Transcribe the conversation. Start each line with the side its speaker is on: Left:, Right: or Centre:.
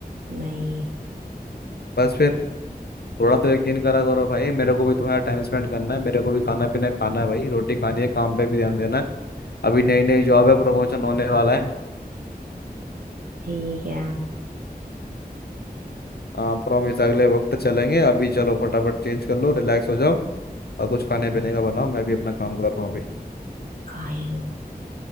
Right: नहीं
Left: बस फिर थोड़ा तो यकीन करा करो भाई मेरे को भी तुम्हारा टाइम स्पेंड करना है मेरे को भी खाना पीना खाना है भाई रोटी खानी है काम पे भी ध्यान देना है अभी नई नई जॉब है प्रमोशन होने वाला है
Right: ठीक है
Left: आ, प्रॉमिस अगले वक्त चलेंगे अभी चलो फटाफट चेंज कर लो रिलैक्स हो जाओ और कुछ खाने पीने का बनाओ मैं भी अपना काम कर रहा हूँ अभी
Right: खा ही लो